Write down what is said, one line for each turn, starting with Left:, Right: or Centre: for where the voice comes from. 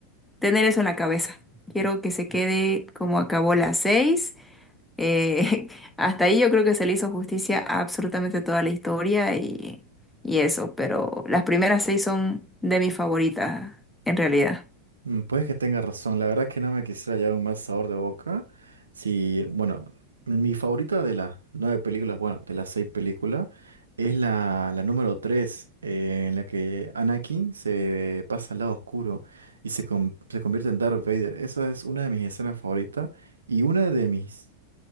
Centre: tener eso en la cabeza. Quiero que se quede como acabó las seis eh, <laughs> hasta ahí yo creo que se le hizo justicia a absolutamente toda la historia y, y eso, pero las primeras seis son de mis favoritas, en realidad.
Right: Mm, Puede que tenga razón, la verdad es que no me quisiera llevar un mal sabor de boca. Si, bueno, mi favorita de las nueve películas, bueno, de las seis películas, es la, la número tres, eh, en la que Anakin se pasa al lado oscuro y se, con- se convierte en Darth Vader. Esa es una de mis escenas favoritas y una de mis